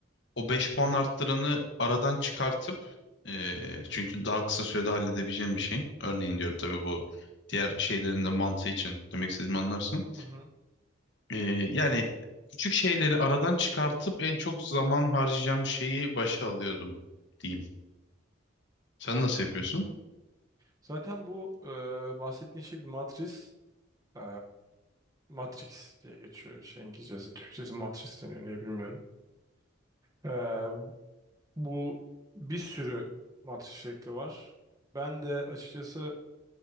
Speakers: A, on the left (about 60°); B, on the right (about 20°).
A: o 5 puan arttıranı aradan çıkartıp eee, çünkü daha kısa sürede halledebileceğim bir şey. Örneğin diyorum tabii bu diğer şeylerin de mantığı için demek istediğimi anlarsın.
B: Hı hı.
A: Eee, yani küçük şeyleri aradan çıkartıp en çok zaman harcayacağım şeyi başa alıyordum diyeyim. Sen
B: Anladım.
A: nasıl yapıyorsun?
B: Zaten bu e, bahsettiğin şey bir matris. E, Matrix diye geçiyor şey İngilizcesi. Türkçesi matris deniyor. Niye bilmiyorum. E, bu bir sürü matris şekli var. Ben de açıkçası